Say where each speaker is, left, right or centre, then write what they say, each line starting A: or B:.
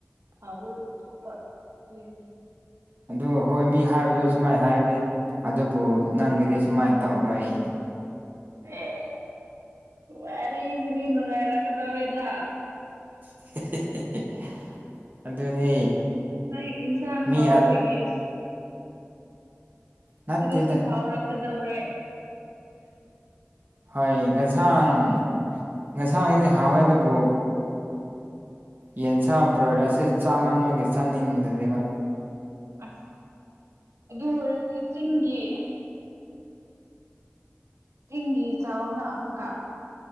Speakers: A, on the right; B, on the right.
A: ꯐꯕ ꯊꯣꯛꯄ ꯑꯗꯨꯏꯅ‌ꯦ
B: ꯑꯗ‌ꯣ ꯍꯣꯏ ꯃꯤ ꯍꯥꯏꯕꯗ ꯁꯨꯃꯥꯏ ꯍꯥꯏꯕꯅ‌ꯦ ꯑꯗꯨꯕꯨ ꯅꯪꯒꯤꯗꯤ ꯁꯨꯃꯥꯏ ꯇꯧꯔꯣꯏ
A: ꯑꯦ ꯋꯥꯔꯤꯖꯤꯗꯤ ꯅꯨꯡꯉꯥꯏꯔꯛꯀ ꯗ‌ꯧꯔꯦꯗ
B: <unintelligible> ꯑꯗꯨꯅꯦ
A: ꯅꯪ ꯏꯟꯁꯥꯡ
B: ꯃꯤ
A: ꯍꯥꯎꯕꯒꯤ
B: ꯑ
A: ꯑꯁ
B: ꯅꯠꯇꯦꯗ
A: ꯁꯤꯗꯁꯨ ꯍꯥꯎꯔꯛꯀꯗꯧꯔꯦ
B: ꯍꯣꯏ ꯉꯁꯥꯡ ꯉꯁꯥꯡꯕꯨꯗꯤ ꯍꯥꯎꯋꯦ ꯑꯗꯨꯕꯨ ꯌꯦꯟꯁꯥ ꯕ꯭ꯔꯣꯏꯂꯔꯁꯦ ꯆꯥꯃꯟꯕꯒꯤ ꯆꯥꯅꯤꯡꯗꯔ‌ꯦꯕ
A: ꯑꯁ ꯑꯗꯨ ꯑꯣꯏꯔꯗꯤ ꯆꯤꯡꯒꯤ ꯆꯤꯡꯒꯤ ꯆꯥꯎꯑ‌ꯣꯅ ꯑꯃꯨꯛꯀ